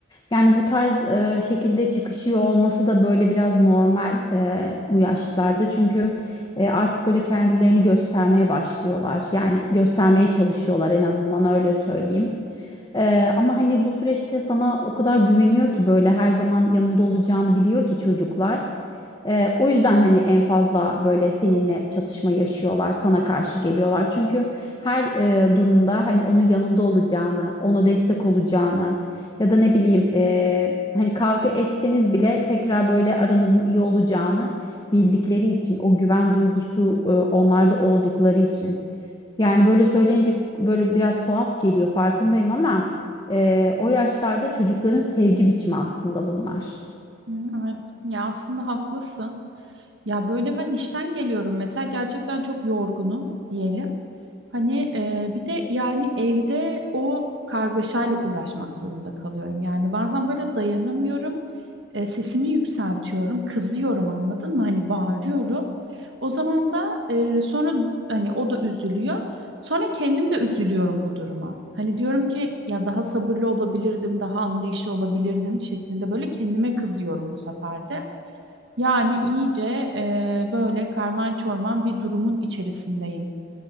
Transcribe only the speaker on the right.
Hı, Evet. Ya aslında haklısın. Ya böyle ben işten geliyorum mesela gerçekten çok yorgunum diyelim. Hani e, bir de yani evde o kargaşayla uğraşmak zorunda kalıyorum. Yani bazen böyle dayanamıyorum. E, sesimi yükseltiyorum, kızıyorum anladın mı? Hani bağırıyorum. O zaman da e, sonra hani o da üzülüyor. Sonra kendim de üzülüyorum bu duruma. Hani diyorum ki ya daha sabırlı olabilirdim, daha anlayışlı olabilirdim şeklinde böyle kendime kızıyorum bu sefer de. Yani iyice e, böyle karman çorman bir durumun içerisindeyim.